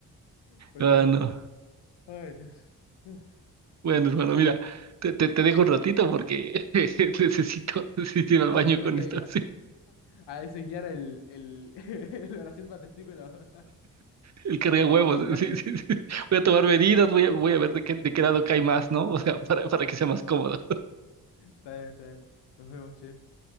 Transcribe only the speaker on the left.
Pero
bueno.
Ay, Dios. Uf.
Así
que
vas
a tener
que
a,
a diseñar el, el, <laughs> el oración para testículo, <laughs>
a tomar
medidas.
Está bien, está bien. Nos vemos, che.